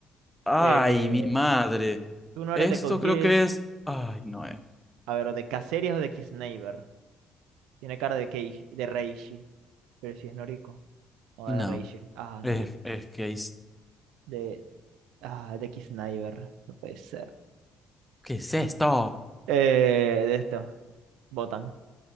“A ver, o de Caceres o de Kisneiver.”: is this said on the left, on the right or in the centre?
Right